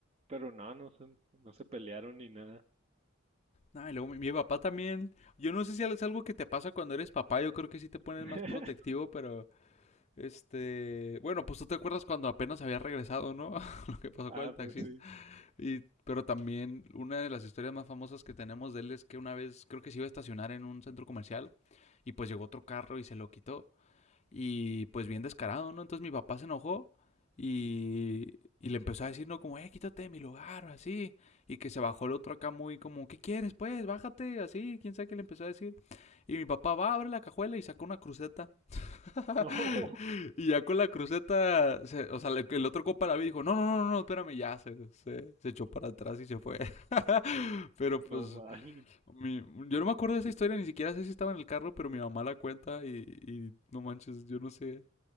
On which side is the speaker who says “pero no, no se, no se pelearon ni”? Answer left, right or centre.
Right